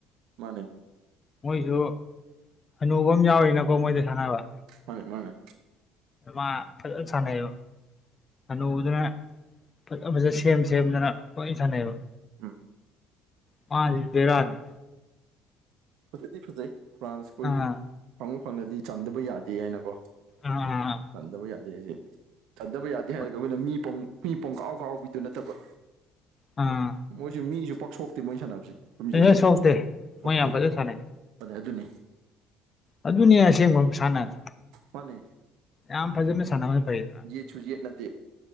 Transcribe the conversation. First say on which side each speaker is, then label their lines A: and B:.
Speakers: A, on the right (about 60°); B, on the left (about 30°).
A: ꯃꯥꯅꯦ꯫
B: ꯃꯣꯏꯁꯨ ꯍꯅꯨꯕ ꯑꯃ ꯌꯥꯎꯔꯤꯅꯀꯣ ꯃꯣꯏꯗ ꯁꯥꯟꯅꯕ꯫
A: ꯃꯥꯅꯦ ꯃꯥꯥꯅꯦ꯫
B: ꯃꯥ ꯐꯖꯅ ꯁꯥꯟꯅꯩꯌꯦꯕ꯫ ꯍꯅꯨꯕꯗꯨꯅ ꯐꯖ ꯐꯖ ꯁꯦꯝ ꯁꯦꯝꯗꯅ ꯂꯣꯏ ꯁꯥꯅꯩꯑꯦꯕ꯫
A: ꯎꯝ꯫
B: ꯃꯥꯁꯤ ꯕꯦꯔꯥꯅꯦ꯫
A: ꯐꯖꯗꯤ ꯐꯖꯩ ꯐ꯭ꯔꯥꯟꯁ ꯈꯣꯏꯒꯤ
B: ꯑꯥ
A: ꯐꯪꯕꯨ ꯐꯪꯑꯗꯤ ꯆꯥꯟꯗꯕ ꯌꯥꯗꯦ ꯍꯥꯏꯅꯀꯣ꯫
B: ꯑꯥ
A: ꯆꯟꯗꯕ ꯌꯥꯗꯦ ꯍꯥꯏꯁꯦ ꯆꯟꯗꯕ ꯌꯥꯗꯦ ꯍꯥꯏꯔꯒ
B: ꯑꯥ
A: ꯃꯣꯏꯅ ꯃꯤ ꯄꯣꯡ ꯃꯤ ꯄꯣꯡꯀꯥꯎ ꯀꯥꯎꯕꯤꯗꯨ ꯅꯠꯇꯕ꯫
B: ꯑꯥ꯫
A: ꯃꯣꯏꯁꯦ ꯃꯤꯁꯨ ꯄꯥꯛ ꯁꯣꯛꯇꯦ ꯃꯣꯏ ꯁꯥꯟꯅꯕꯁꯦ ꯁꯨꯝ
B: ꯐꯖꯅ
A: ꯌꯦꯡꯉꯒ
B: ꯁꯣꯛꯇꯦ
A: ꯁꯣꯛꯇꯦ꯫
B: ꯃꯣꯏ ꯌꯥꯝ ꯐꯖꯅ ꯁꯥꯟꯅꯩ
A: <unintelligible> ꯑꯗꯨꯅꯦ꯫
B: ꯑꯗꯨꯅꯦ ꯑꯁꯦꯡꯕ ꯈꯨꯁꯥꯟꯅꯗꯤ꯫
A: ꯃꯥꯅꯦ꯫
B: ꯌꯥꯝ ꯐꯖꯅ ꯁꯥꯟꯅꯕꯅ ꯐꯩꯌꯦ꯫
A: ꯌꯦꯠꯁꯨꯨ ꯌꯦꯠꯅꯗꯦ꯫